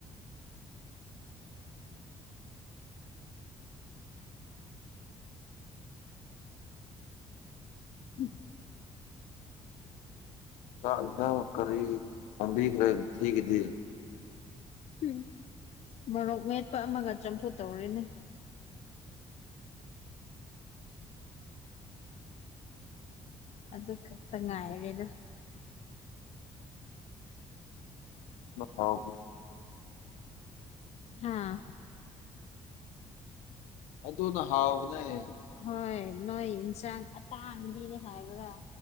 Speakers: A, on the left (about 60°); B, on the left (about 85°).
A: ꯎꯝ
B: ꯆꯥꯛ ꯏꯊ ꯀꯔꯤ ꯐꯝꯕꯤꯈ꯭ꯔꯦ ꯊꯤꯈꯤꯗꯤ
A: ꯎꯝ ꯃꯣꯔꯣꯛ ꯃꯦꯠꯄ ꯑꯃꯒ ꯆꯝꯐꯨ ꯇꯧꯔꯤꯅꯦ ꯑꯗꯨ ꯈꯛꯇ ꯉꯥꯏꯔꯦꯗ
B: ꯍꯥꯎ
A: ꯍꯥꯥ
B: ꯑꯗꯨꯅ ꯍꯥꯎꯕꯅꯦ
A: ꯍꯣꯏ ꯅꯣꯏ ꯌꯦꯟꯁꯥꯡ ꯑꯇꯥꯡꯕꯤꯔꯦ ꯍꯥꯏꯕ꯭ꯔꯥ